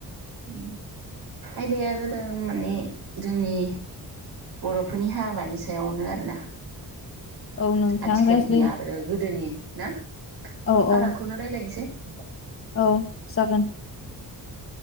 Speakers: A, on the right; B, on the left.
A: उम आयदाया जादों माने जोंनि बर'फोरनि हाबानि सायावनो आरोना
B: औ नोंथां
A: आथिखालनि
B: रायज्लाय
A: आरो गोदोनि ना
B: औ
A: फारागखौनो
B: औ
A: रायलायनि रायलायनिसै
B: औ जागोन